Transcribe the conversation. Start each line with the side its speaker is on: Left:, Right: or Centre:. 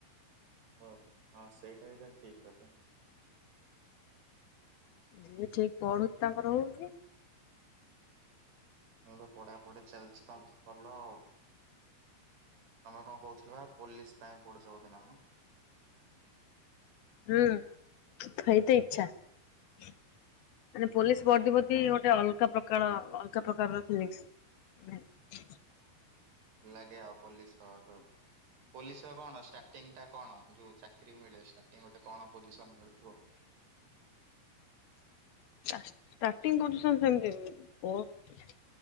Right: ଓ ହୋ ହଁ ସେଇଟା ବି ତ ଠିକ୍ କଥା।
Left: ଯିଏ ଠିକ୍ ପଢୁଛି ତାଙ୍କର ହଉନି
Right: ମୁଁ ତ ପଢାପଢି ଚାଲିଛି ତମର ଭଲ ଆଉ। ତମେ କଣ କହୁଥିଲବା ପୋଲିସ୍ ପାଇଁ ପଡୁଛ ବୋଧେ ନା କଣ?
Left: ହୁଁ ସେଇତ ଇଚ୍ଛା। <unintelligible> ମାନେ ପୋଲିସ୍ ବର୍ଦ୍ଧି ପ୍ରତି
Right: ହଁ
Left: ଗୋଟେ ଅଲଗ ପ୍ର କଣ ଅଲଗା ପ୍ରକାରର ଫିଲିଂସ୍ ନୁହେଁ।
Right: ଓ ହୋ ଭଲ ଲାଗେ ଆଉ ପୋଲିସ୍ ହବାକୁ ଆଉ ପୋଲିସ୍ ର କଣ ଷ୍ଟାର୍ଟିଂ ଟା କଣ ଯୋଉ ଚାକିରି ମିଳେ ଷ୍ଟାଟିଂରୁ। କଣ ପୋଜିସନ୍ ମିଳୁଥିବ
Left: ଷ୍ଟାଟିଙ୍ଗ୍ ପୋଜିସନ୍ ସେମିତି କେମିତି ପୋଷ୍ଟ